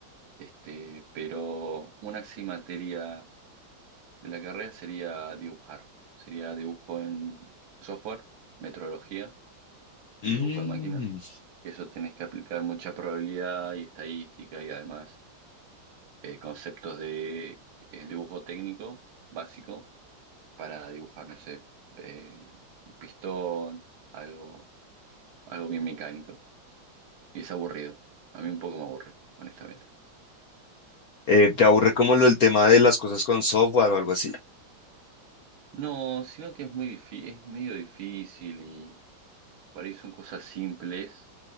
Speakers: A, on the right; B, on the left.
A: Este, pero una sí materia de la carrera sería dibujar. Sería dibujo en software, metrología y
B: Mm.
A: dibujo de máquinas. Que eso tenés que aplicar mucha probabilidad y estadística y además eh, conceptos de eh, dibujo técnico básico para dibujar, no sé, eh, un pistón, algo, algo bien mecánico. Y es aburrido. A mí un poco me aburre, honestamente.
B: Eh, ¿te aburre como lo del tema de las cosas con software o algo así?
A: No, sino que es muy difícil, es medio difícil Por ahí son cosas simples,